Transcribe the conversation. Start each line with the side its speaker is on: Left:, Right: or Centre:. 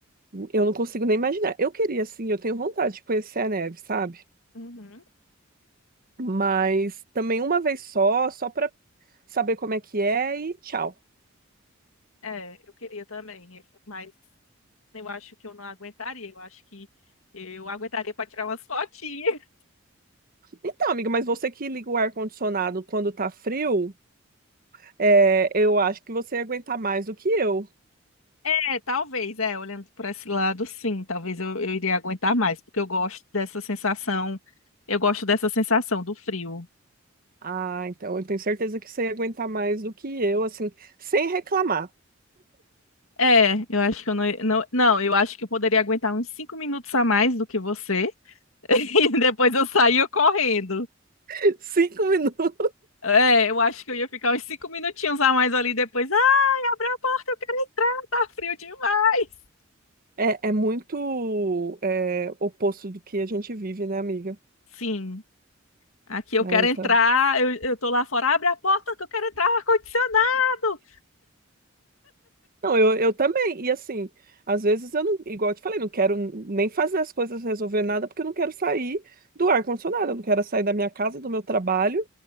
Right: eu não consigo nem imaginar. Eu queria, assim, eu tenho vontade de conhecer a neve, sabe?
Left: Uhum.
Right: Mas também uma vez só, só para saber como é que é e tchau.
Left: É, eu queria também, mas eu acho que eu não aguentaria. Eu acho que eu aguentaria para tirar umas fotinhas.
Right: Então, amiga, mas você que liga o ar-condicionado quando tá frio, é, eu acho que você ia aguentar mais do que eu.
Left: É, talvez, é, olhando por esse lado, sim, talvez eu, eu iria aguentar mais, porque eu gosto dessa sensação, eu gosto dessa sensação do frio.
Right: Ah, então eu tenho certeza que você ia aguentar mais do que eu, assim, sem reclamar.
Left: É, eu acho que eu não, não, não, eu acho que eu poderia aguentar uns cinco minutos a mais do que você, <laughs> e depois eu saía correndo.
Right: <laughs> Cinco minutos.
Left: É, eu acho que eu ia ficar uns cinco minutinhos a mais ali depois. Ai, abre a porta, eu quero entrar, tá frio demais.
Right: É, é muito, é, oposto do que a gente vive, né, amiga?
Left: Sim, aqui eu
Right: Né,
Left: quero
Right: então.
Left: entrar, eu, eu tô lá fora, abre a porta que eu quero entrar, ar-condicionado.
Right: Não, eu, eu também. E assim, às vezes eu não, igual eu te falei, não quero nem fazer as coisas, resolver nada, porque eu não quero sair do ar-condicionado. Eu não quero sair da minha casa, do meu trabalho,